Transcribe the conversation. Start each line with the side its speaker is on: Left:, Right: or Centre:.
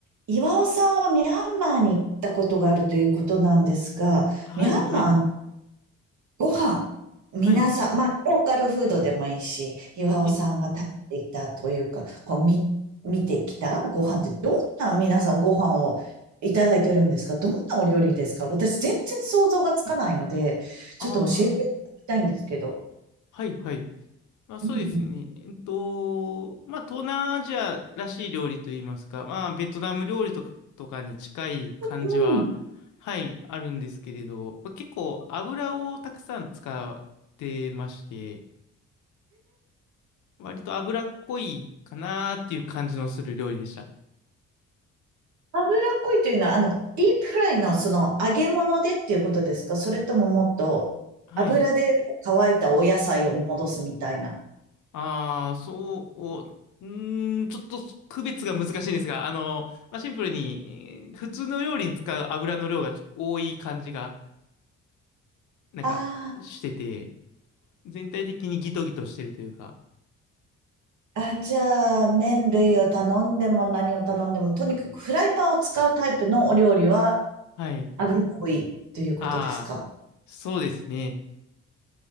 Right: 岩尾さんはミャンマーに行ったことがあるということなんですが、
Left: はい、
Right: ミャンマーの
Left: はい、
Right: ご飯、皆さん、
Left: はい、
Right: まあ、ローカルフードでもいいし、岩尾さんが食べていたというか、
Left: ええ、
Right: こう、み、見てきたご飯って、どんな皆さんご飯をいただいてるんですかどんなお料理ですか私、全然想像がつかないので、
Left: ああ、
Right: ちょっと教えていただきたいんですけど。
Left: はい、はい。まあそうですね。
Right: う
Left: えっと、まあ東南アジアらしい料理といいますか、まあベトナム料理とか、とかに近い感じは、
Right: ん。
Left: はい、あるんですけれど、まあ結構油をたくさん使ってまして、割と油っこいかなーっていう感じのする料理でした。
Right: 脂っこいというのは、あの、ディープフライのその揚げ物でっていうことですかそれとももっと油で乾いたお野菜を戻すみたいな。
Left: はい。ああ、そう、うーん、ちょっと区別が難しいんですが、あの、まあ、シンプルに、えー普通の料理に使う油の量がちょ多い感じが、なんか、
Right: あ
Left: してて、全体的にギトギトしてるというか、
Right: あー、あ、じゃあ、麺類を頼んでも何を頼んでも、とにかくフライパンを使うタイプのお料理は
Left: はい。
Right: 油っこいということですか
Left: ああ、そうですね。